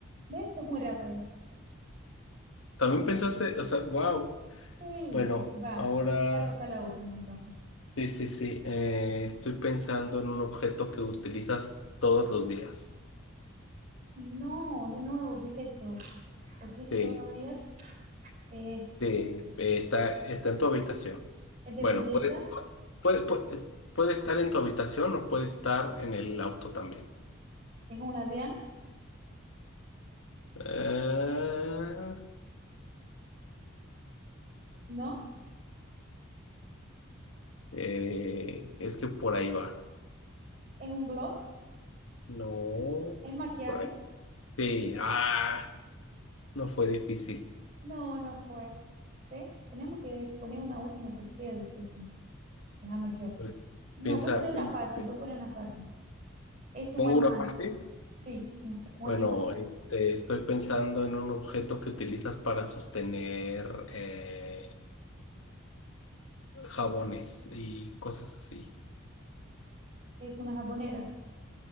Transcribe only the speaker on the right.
¿Ves? es muy rápido.
Sí,
va.
Va a tocar la última entonces.
No, de nuevo, objeto. Lo utilizo
todos los días. Eh,
es de
belleza.
Es un labial.
No.
Es un gloss.
Es maquillaje.
No, no fue. ¿Ve? Tenemos que poner una última que sea difícil. Déjame yo.
No,
voy a poner una
fácil,
voy a poner una fácil. Es un
animal.
Sí, un, un
animal.
Es una jabonera.